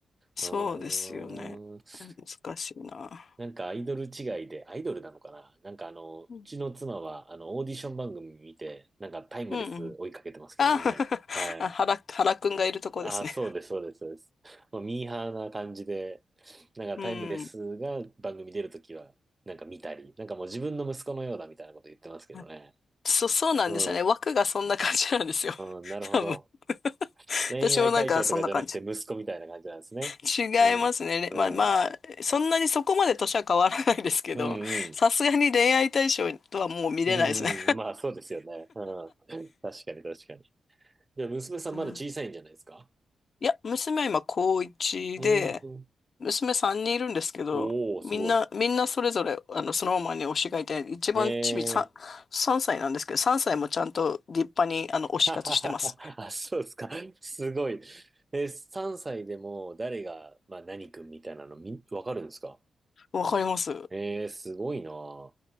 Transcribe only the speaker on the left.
そうですよね。
難しいな。
うん。
うんうんあ、<laughs>
あ原、原くんがいるとこですね。
うん。
あそ、そうなんですよね。
枠がそんな感じなんですよ。
<laughs>
多分。<laughs>
私もなんかそんな感じ。違いますね。
れまあまあ、
そんなにそこまで年は変わらないですけど、
さすがに恋愛対象とはもう見れないですね。
うんいや、娘は今高1で、
娘3人いるんですけど、
みんな、みんなそれぞれ、あの、そのままに推しがいて、一番ちび3、
3歳なんですけど、3歳もちゃんと立派に、あの、
推し活してます。
わかります